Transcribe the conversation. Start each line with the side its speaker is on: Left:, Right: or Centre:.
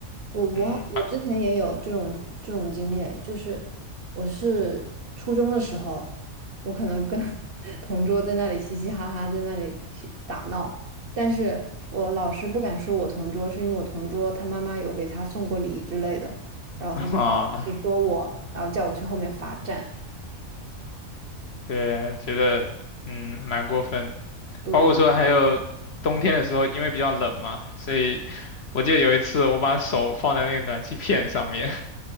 Right: 我我我之前也有这种这种经历，
Left: 嗯 <laughs>
Right: 就是我是初中的时候，我可能跟 <laughs> 同桌在那里嘻嘻哈哈，在那里嘻打闹，但是我老师不敢说我同桌，是因为我同桌他妈妈有给他送过礼之类的，然后他就只说我，
Left: 啊，
Right: 然后叫我去后面罚站。
Left: 对，觉得嗯蛮过分的
Right: 对，
Left: 包括说还有冬天的时候，因为比较冷嘛，所以我记得有一次我把手放在那个暖气片上面，